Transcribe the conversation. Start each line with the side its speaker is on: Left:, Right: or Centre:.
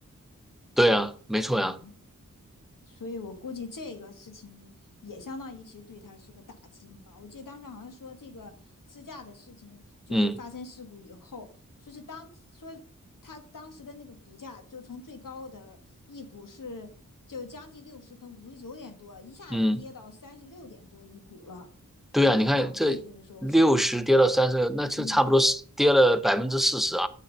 Centre: 对呀，没错呀，
Left: 嗯，所以我估计这个事情也相当于其实对他是个打击嘛。我记得当时好像说这个自驾的事情，就是发生事故以后，
Centre: 嗯
Left: 说是当说他当时的那个股价就从最高的一股是就将近六十，跟五十九点多，一下子跌到三十六点多一股了，
Centre: 嗯，对呀，
Left: 就是港币那个时候是，
Centre: 你看这六十跌到三十，那就差不多是跌了百分之四十啊。
Left: 嗯。